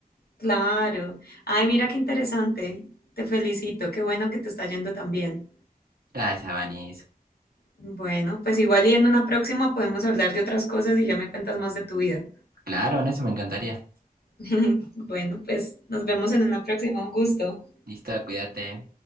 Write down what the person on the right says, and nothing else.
Gracias, Vanis.
Claro, en eso me encantaría.
Listo, cuídate.